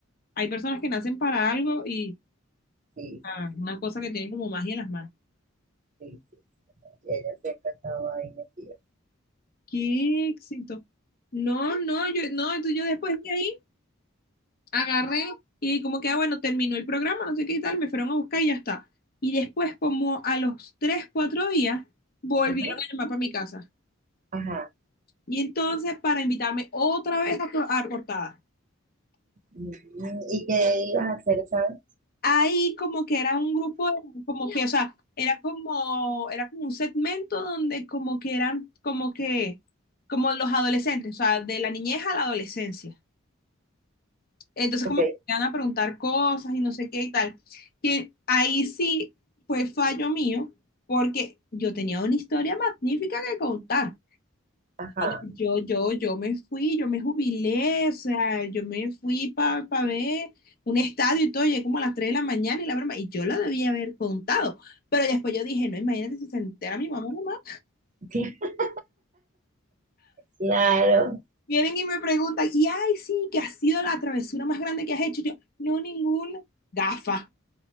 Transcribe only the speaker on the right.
sí,
sí,
sí, sí. sí. Y ella siempre ha estado ahí metida.
Ajá,
ajá.
Mm, ¿Y qué ibas a hacer, sabes?
Ok,
ajá.
<laughs> Claro.